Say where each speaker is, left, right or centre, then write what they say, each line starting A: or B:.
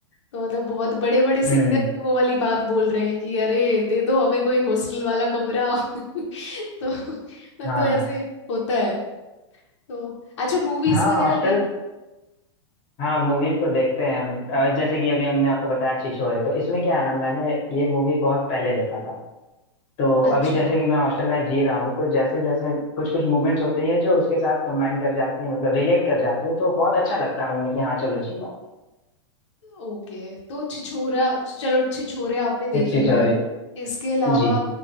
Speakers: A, on the left; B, on the left.
A: तो मतलब बहुत बड़े बड़े सिंगर
B: हम्म
A: भी वो वाली बात बोल रहे हैं कि अरे दे दो हमें कोई हॉस्टल वाला कमरा <laughs> तो
B: हाँ
A: तो ऐसे होता है तो अच्छा मूवीज
B: हाँ
A: वगैरह
B: हॉस्टल
A: देख
B: हाँ मूवीज तो देखते हैं हम अ, जैसे कि अभी हमने आपको बताया छिछोरे तो इसमें क्या है ना मैंने ये मूवी बहुत पहले देखा था तो
A: अच्छा
B: अभी जैसे कि मैं हॉस्टल लाइफ जी रहा हूँ तो जैसे जैसे कुछ कुछ मूवमेंट्स होते हैं जो उसके साथ कंबाइन कर जाती है मतलब रिलेट कर जाती है तो बहुत अच्छा लगता है मन में कि हाँ चलो जी रहा हूँ
A: ओके तो छिछोरा च- चलो छिछोरे आपने देखी
B: हिस्ट्री चोरी
A: और इसके अलावा
B: जी